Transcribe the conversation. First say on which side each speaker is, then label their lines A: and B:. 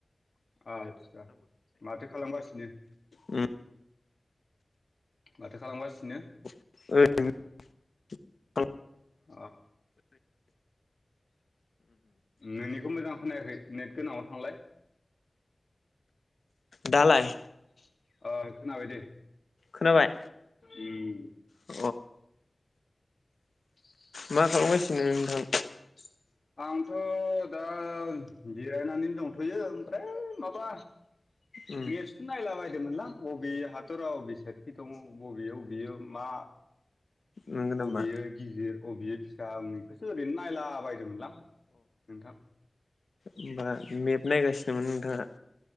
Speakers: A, on the left; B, on the left.
A: आदसा माथो खालामगासिनो?
B: उम।
A: माथो खालामगासिनो?
B: ओरैनो
A: अ। नोंनिखौ मोजां खोनायाखै नेट गोनाङाव थांलाय।
B: दालाय
A: अ खोनाबाय दे।
B: खोनाबाय?
A: उम।
B: अ
A: <unintelligible>
B: मा खालामगासिनो नोंथां
A: आंथ दा जिरायनानैनो दंथयो। ओमफ्राय माबा
B: उम
A: मेरसु नायलाबायदोमोनलां। बबे हादरा बबे साइखि दङ बबे बबेयो मा
B: नंगौ
A: बबेयो
B: नामा
A: गिदिर अबेयो फिसा उम इखौसो ओरैनो नायला बायदोंमोनलां। नोंथां।
B: हैमबा मेप नायगासिनोमोन नोंथाङा?